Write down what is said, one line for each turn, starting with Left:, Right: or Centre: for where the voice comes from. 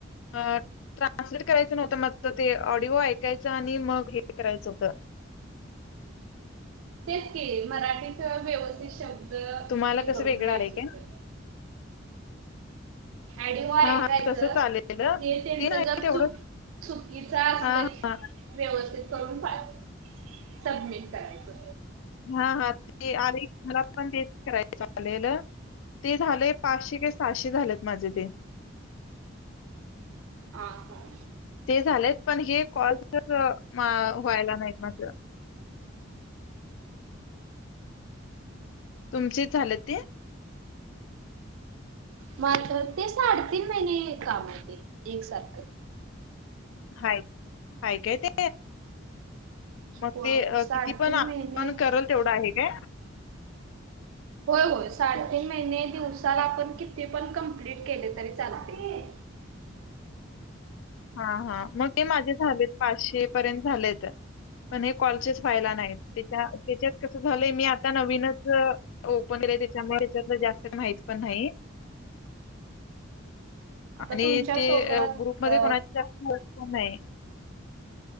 Left: अं ट्रान्सलेट करायचं नव्हतं माझं. ते ऑडिओ ऐकायचं आणि मग हे करायचं होतं.
Right: तेच की मराठी च व्यवस्थित शब ब्द
Left: तुम्हाला
Right: हे
Left: कसं
Right: करून
Left: वेगळं
Right: लिहायचं
Left: आलंय
Right: होत.
Left: काय?
Right: ऑडिओ ऐकायचं
Left: हां, हां. तसं चाललेलं.
Right: ते त्यांच
Left: नाही
Right: जर
Left: तेवढं
Right: चूक चुकीचं असलं
Left: हां, हां.
Right: व्यवस्थित करून पाठ सबमिट करायचं.
Left: हां हां ते आलय मला पण तेच करायच आलेलं. ते झालंय पाचशे का सहाशे झालेत माझे ते.
Right: हां हां.
Left: ते झालेत पण हे कॉल्सचच म व्हायला नाहीत माझ. तुमचे झालं ते?
Right: मला तर ते साडेतीन महिने काम आहे ते. एकसारखं.
Left: हाय, हाय काय ते? मग
Right: होय
Left: ते
Right: होय साडेतीन
Left: किती पण आपण
Right: महिने
Left: करल तेवढं आहे काय?
Right: होय होय. साडेतीन महिने, दिवसाला आपण किती पण कमप्लीट केले तरी चालतंय.
Left: हां हां मग ते माझ्यात झालेत पाचशे पर्यंत झालेत. पण हे कॉलचेच व्हायला नाहीत. त्याच्या त्याच्यात कस झालंय मी आता नवीनच ओपन केले, त्याच्यामुळे हच्यातल जास्त माहीत पण नाही.
Right: आता
Left: आणि
Right: तुमच्या
Left: ते
Right: सोबत
Left: ग्रुप मध्ये
Right: अ
Left: कोणा <unintelligible>